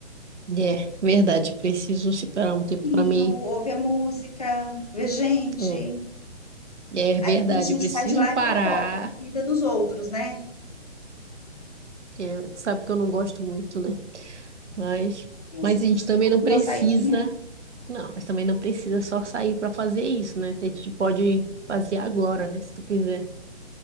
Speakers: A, on the right; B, on the left.
A: é verdade. Preciso separar um tempo
B: Vinho,
A: para mim.
B: ouvir a música, ver gente.
A: Hum, é verdade.
B: Aí depois a
A: Eu
B: gente
A: preciso
B: sai de lá
A: parar.
B: e fofoca da vida dos outros, né?
A: É, tu sabe que eu não gosto muito, né? Mas,
B: Eu
A: mas
B: sei,
A: a gente
B: mas
A: também
B: bom,
A: não precisa
B: dar uma saidinha.
A: Não, mas também não precisa só sair para fazer isso, né? A gente pode fazer agora, né? Se tu quiser